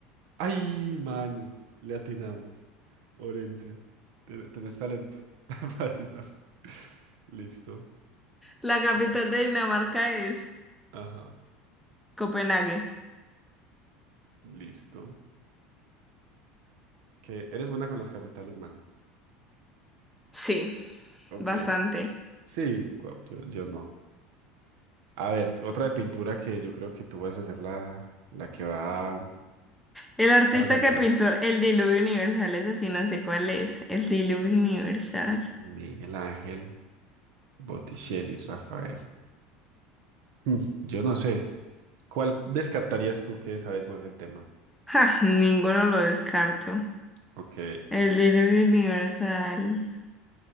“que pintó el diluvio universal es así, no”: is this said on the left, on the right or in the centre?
Centre